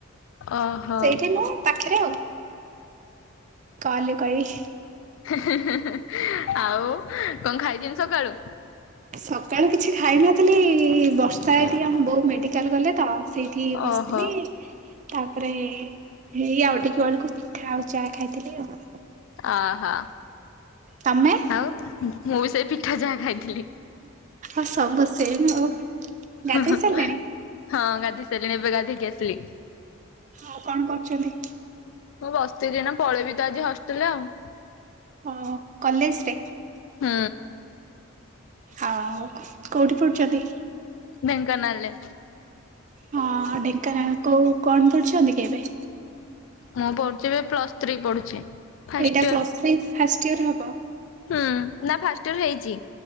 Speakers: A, on the left; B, on the right.
A: ଓହୋ
B: ସେଇଠି ନୁହ ପାଖେରେ ଆଉ। କଲରେ କହିବି।
A: ହିଁ-ହିଁ-ହିଁ-ହିଁ-ହିଁ। ଆଉ କଣ ଖାଇଛନ୍ତି ସକାଳୁ?
B: ସକାଳୁ କିଛି ଖାଇନଥିଲି, ବର୍ଷା ଏଠିକି ଆମ ବୋଉ ମେଡିକାଲ ଗଲେ ତ ସେଇଠି ବସିଥିଲି
A: ଓହୋ
B: ତାପରେ ହେଇ ଆଉ ଟିକେ ବେଳକୁ ପିଠା ଆଉ ଚା ଖାଇଥିଲି ଆଉ।
A: ଅହୋ।
B: ତମେ
A: ଆଉ ମୁଁ ବି ସେଇ ପିଠା ଚାହା ଖାଇଥିଲି।
B: ଆଉ ସବୁ ସେମ ଆଉ। ଗାଧେଇ
A: ହଁ, ହଁ।
B: ସାରିଲେଣି?
A: ହଁ, ଗାଧେଇ ସାରିଲିଣି, ଏବେ ଗାଧେଇକି ଆସିଲି।
B: ଆଉ କଣ କରୁଚନ୍ତି?
A: ମୁଁ ବସିଛି ଏଇନା ପଳେଇବି ତ ଆଜି ହଷ୍ଟେଲ ଆଉ।
B: ହଁ, କଲେଜରେ?
A: ହୁଁ।
B: ଆଉ କୋ-କୋଉଠି ପଢୁଛନ୍ତି?
A: ଢେଙ୍କାନାଲରେ।
B: ହଁ, ଢେଙ୍କାନାଳ କୋଉ କଣ ପଢୁଛନ୍ତି କି ଏବେ?
A: ମୁଁ ପଢୁଛି ଏବେ ପ୍ଲସ୍ ଥ୍ରୀ ପଢୁଛି। ଫାଷ୍ଟ
B: ଏଇଟା
A: year
B: plus three first year ହବ?
A: ହୁଁ, ନା ଫାଷ୍ଟିୟର ହେଇଛି।